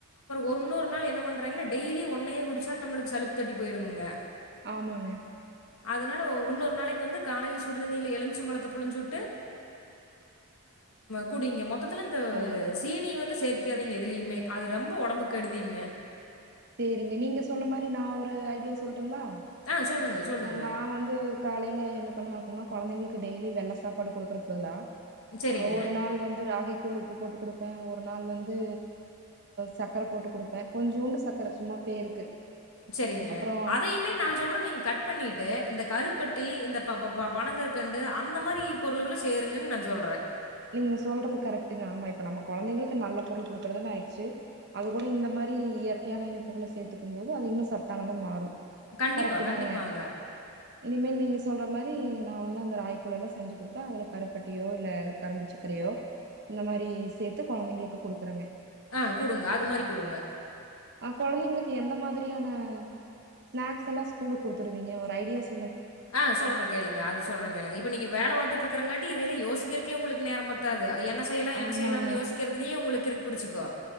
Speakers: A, on the left (about 70°); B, on the right (about 50°).
A: ஒரு இன்னொரு நாள் என்ன பண்றீங்கன்ன டெய்லி ஒன்னே குடிச்சாலு நம்மளுக்கு சலிப்புத் தட்டி போயிருங்க
B: ஆமாங்க
A: அதனால இன்னொரு நாளைக்கு வந்து காலையில சுடுதண்ணில எலுமிச்சம்பழத்தை புழிஞ்சு விட்டு குடிங்க மொத்த மொத்தத்துல இந்த
B: ஆ
A: சீனி வந்து சேத்திக்காதீங்க எதுலயுமே அது ரொம்ப உடம்பு கெடுதிங்க
B: சரிங்க நீங்க சொன்ன மாரி நான் ஒரு ஐடியா சொல்ல டடுங்களா
A: ஆ சொல்லுங்க, சொல்லுங்க.
B: நா வந்து காலைல பண்ணுவ அப்டினா குழந்தைங்களுக்கு டெய்லி என்ன சாப்பாடு குடுக்குறதுன்னா
A: சரிங்க.
B: ஒரு நாள் வந்து ராகி தூள் உப்பு போட்டு குடுப்பேன் ஒரு நாள் வந்து் சக்கர போட்டு குடுப்பேன் கொஞ்சோண்டு ச இருக்கற சும்மா பேருக்கு
A: செரிங்க
B: அப்புறோ
A: அதையுமே நான் சொல்றேன் நீங்க கட் பண்ணிட்டு இந்த கருப்பட்டி இந்த பப் பனங்கல்கண்டு அந்த மாரி பொருள்கள
B: அந்த மாதிரி
A: சேருங்கன்னு நான் சொல்றேன்.
B: நீங்க சொல்றது கரெக்ட்டுங்க ஆமா இப் இப்ப நம்ம குழந்தைங்களுக்கு நல்ல பொருள் குடுக்குறதுனு ஆயிடுச்சு அது கூட இந்த மாதிரி இயற்கையான இனிப்புகளை சேத்துக்கும் போது அது இன்னும் சத்தானதா மாறு
A: கண்டிப்பா
B: கரெக்ட்டு
A: கண்டிப்பாங்க
B: தாங்க இனிமேல் நீங்க சொல்ற மாதிரி நா வந்து அந்த ராய்கூலலா செஞ்சு கொடுத்தா அதுல கருப்பட்டியோ இல்ல கரும்பு சக்கரையோ இந்த மாதிரி சேர்த்து குழந்தைங்களுக்கு குடுக்குறங்க
A: அ குடுங்க அது மாரி குடுங்க
B: ் குழந்தைங்களுக்கு எந்த மாதிரியான ஸ்நாக்ஸ் எல்லா ஸ்கூலுக்கு குடுத்துடுவீங்க ஒரு ஐடியாஸ்
A: ஆ சொல்ற கேளுங்க அது சொல்றே கேளுங்க இப்போ நீங்க வேல பாத்துட்டு இருக்கரங்காட்டி இதையலா யோசிக்கிறக்கே உங்களுக்கு நேரம் பத்தாது என் செய்யலா என்ன
B: ஆமாங்க
A: செய்யலாம்னு யோசிக்கிறதுதையே உங்களுக்கு கிருக் பிடிச்சுக்கு